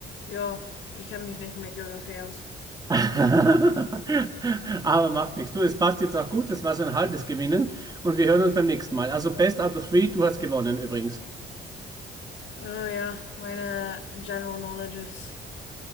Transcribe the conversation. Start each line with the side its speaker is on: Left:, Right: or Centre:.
Left: Ja, ich kenne mich nicht mit Geografie aus.
Right: <laughs> Aber macht nichts. Du, es passt jetzt auch gut. Das war so ein halbes Gewinnen. Und wir hören uns beim nächsten Mal. Also Best out of three, du hast gewonnen übrigens.
Left: Oh ja, meine General Knowledges.